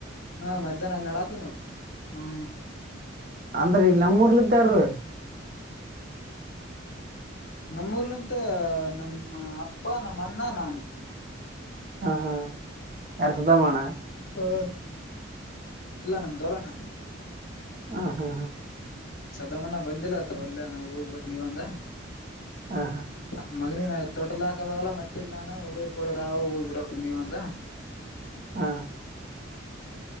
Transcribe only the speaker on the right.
ಅಂದ್ರ ಇ ನಮ್ಮೂರ್ಲತ್ತಾರು.
ಹಾ ಯಾರ್ ಸುದಮಾಣ.
ಅ ಹಾ
ಹಾ
ಹಾ